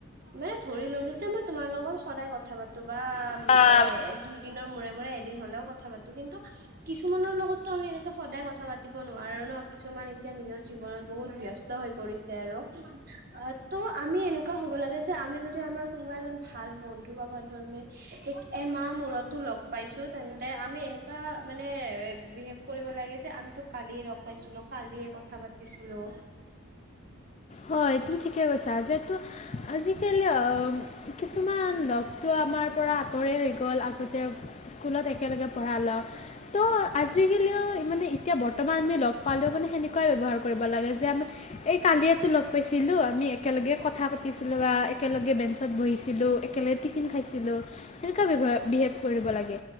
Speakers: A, on the right; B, on the left.
A: মানে ধৰি ললো যে মই তোমাৰ লগত সদায় কথা পাতো। নতুবা এ
B: মই
A: দুইদিনৰ মূৰে মূৰে এদিন হ'লেও কথা পাতো কিন্তু কিছুমানৰ লগত ত আমি এনেকে সদায় কথা পাতিব নোৱাৰো ন কিছুমান এতিয়া নিজৰ জীৱনত বহুত ব্যস্ত হৈ পৰিছে আৰু। অ' ত' আমি এনেকুৱা হ'ব লাগে যে আমি যদি আমাৰ কোনোবা এজন ভাল বন্ধু বা বান্ধৱী কোনে এমাহ মূৰতো লগ পাইছো তেন্তে আমি এনেকুৱা মানে বিহেভ কৰিব লাগে যে আমিতো কালিয়ে লগ পাইছিলো কালিয়ে কথা পাতিছিলো
B: হয়, তুমি ঠিকে কৈছা যিহেতু আজিকালি অ' কিছুমান লগ আমাৰ পৰা আঁতৰে হৈ গল আগতে স্কুলত একেলগে পঢ়া লগ ত' আজিকালিও মানে এতিয়া বৰ্তমান আমি লগ পালেও মানে সেনেকুৱাই ব্যৱহাৰ কৰি কেনেকুৱা লাগে যে এই কালি লগ পাইছিলো আমি একেলগে কথা পাতিছিলো বা একেলগে বেঞ্চচত বহিছিলো একেলগে টিফিন খাইছিলোঁ তেনেকুৱা বিহেভ কৰিব লাগে